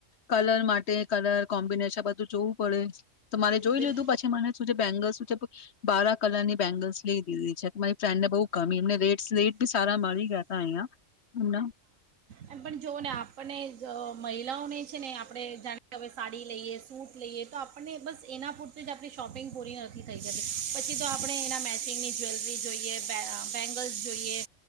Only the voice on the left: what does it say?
કલર માટે કલર કોમ્બિનેશન બધું જોવું પડે તો મારે જોઈ
લીધું પછી મને બેંગલ્સ બારા કલરની બેંગલ્સ લઈ દીધી છે. મારી ફ્રેન્ડને બહુ ગમી એમ રેટ બી સારા મળી ગયા ત્યાં અહિયા.